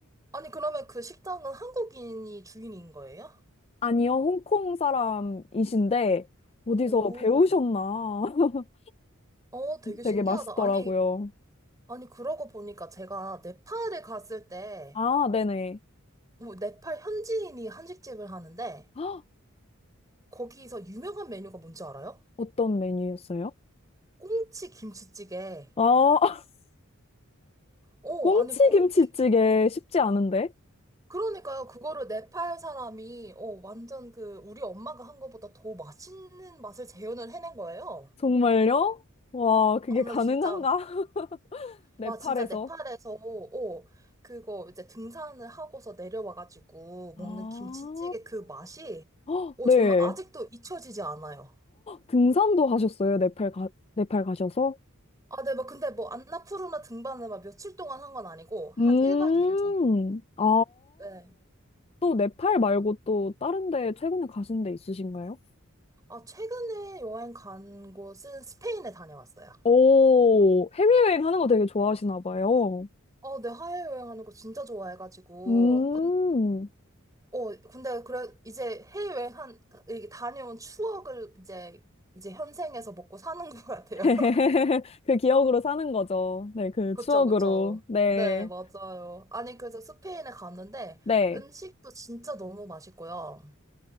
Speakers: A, on the right; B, on the left.
A: 아니, 그러면 그 식당은 한국인이 주인인 거예요?
B: 아니요, 홍콩 사람이신데 어디서
A: 오.
B: 배우셨나? <laughs>
A: 어, 되게 신기하다.
B: 되게 맛있더라고요.
A: 아니, 아니, 그러고 보니까 제가 네팔에 갔을 때,
B: 아, 네네.
A: 뭐, 네팔 현지인이 한식집을 하는데,
B: 헉,
A: 거기서 유명한 메뉴가 뭔지 알아요?
B: 어떤 메뉴였어요?
A: 꽁치 김치찌개.
B: 아, <laughs>
A: 어,
B: 꽁치
A: 아니, 꽁치,
B: 김치찌개 쉽지 않은데?
A: 그러니까요. 그거를 네팔 사람이, 어, 완전 그, 우리 엄마가 한 거보다 더 맛있는 맛을 재현을 해낸 거예요.
B: 정말요? 와, 그게
A: 아, 나
B: 가능한가?
A: 진짜.
B: <laughs> 네팔에서.
A: 와, 진짜 네팔에서, 어, 그거 이제 등산을 하고서 내려와가지고
B: 아,
A: 먹는 김치찌개 그 맛이,
B: 헉,
A: 어,
B: 네.
A: 저는 아직도 잊혀지지 않아요.
B: 등산도 하셨어요? 네팔 가, 네팔 가셔서?
A: 아, 네, 뭐 근데 뭐 안나푸르나 등반을 막 며칠 동안 한 건 아니고,
B: 음,
A: 한 1박 2일 정도.
B: 아,
A: 네.
B: 또 네팔 말고 또 다른 데 최근에 가신 데 있으신가요?
A: 아, 최근에 여행 간 곳은 스페인에 다녀왔어요.
B: 오, 해외여행 하는 거 되게 좋아하시나 봐요.
A: 어, 네, 해외여행하는 거 진짜 좋아해가지고.
B: 음,
A: 어, 근데 그래, 이제 해외여행 한, 이게 다녀온 추억을 이제, 이제 현생에서 먹고 사는 것 같아요.
B: <laughs> 그 기억으로 사는 거죠. 네, 그
A: 그쵸,
B: 추억으로.
A: 그쵸.
B: 네,
A: 네, 맞아요. 아니, 그래서 스페인에 갔는데
B: 네.
A: 음식도 진짜 너무 맛있고요.